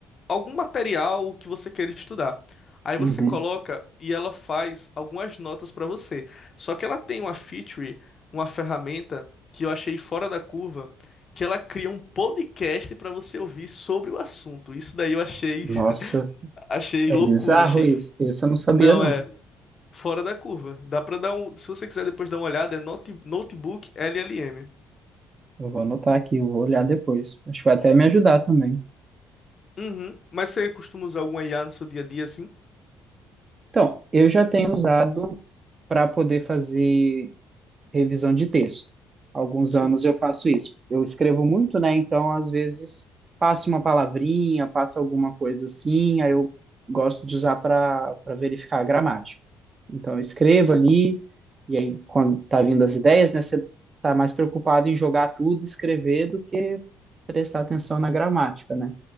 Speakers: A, on the left; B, on the right.
A: algum material que você queira estudar. Aí
B: Uhum.
A: você coloca e ela faz algumas notas para você. Só que ela tem uma feature, uma ferramenta que eu achei fora da curva, que ela cria um podcast para você ouvir sobre o assunto. Isso daí eu achei,
B: Nossa,
A: <laughs> achei
B: é
A: loucura,
B: bizarro
A: achei.
B: isso. Isso eu não sabia,
A: Não
B: não.
A: é. Fora da curva. Dá pra dar um. Se você quiser depois dar uma olhada, é note- Notebook LLM.
B: Eu vou anotar aqui, eu vou olhar depois. Acho que vai até me ajudar também.
A: Uhum. Mas você costuma usar alguma IA no seu dia a dia assim?
B: Então, eu já tenho usado para poder fazer revisão de texto. Alguns
A: Sim.
B: anos eu faço isso. Eu escrevo muito, né? Então, às vezes, passo uma palavrinha, passo alguma coisa assim, aí eu gosto de usar para para verificar a gramática. Então, eu escrevo ali, e aí, quando tá vindo as ideias, né? Você tá mais preocupado em jogar tudo, escrever, do que prestar atenção na gramática, né?